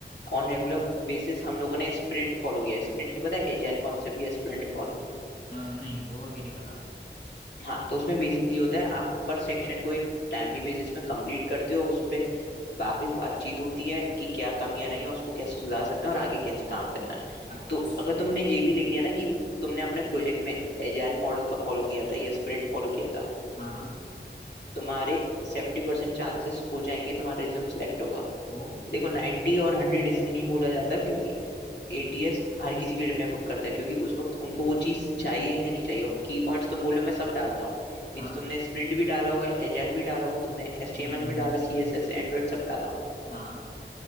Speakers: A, on the left; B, on the left.
A: ऑन रेगुलर बेसिस हम लोगों ने स्प्रिंट फॉलो किया स्प्रिंट पता है एजाइल कॉन्सेप्ट या स्प्रिंट
B: अ, नहीं वो अभी नहीं पता
A: हाँ तो उसमें बेसिकली होता है आप पर सेक्शन को एक टाइमली बेसिस में कंप्लीट करते हो उस पे वापस बातचीत होती है कि क्या कमियां रही हैं उसको कैसे सुधार सकते हैं और आगे कैसे काम करना है
B: अच्छा
A: तो अगर तुमने ये भी लिख दिया ना कि तुमने अपने प्रोजेक्ट में एजाइल मॉडल का फॉलो किया था या स्प्रिंट फॉलो किया था
B: हाँ हाँ
A: तुम्हारे सेवेंटी परसेंट चांसेस हो जाएंगे तुम्हारा रिज्यूम सिलेक्ट होगा
B: ओ
A: देखो नाइन्टी और हंड्रेड इसलिए नहीं बोला जाता क्योंकि एटीएस हर किसी के लिए डिफरेंट करता है क्योंकि उस वक्त उनको वो चीज चाहिए है नहीं चाहिए और की पॉइंट्स तुम बोलो मैं सब डालता हूँ मीन्स
B: हाँ
A: तुमने स्प्रिंट भी डाला होगा एजाइल भी डाला होगा तुमने एचटीएमएल
B: हम्म हम्म
A: भी
B: हम्म,
A: डाला सीएसएस एंड्रॉइड सब डाला
B: हाँ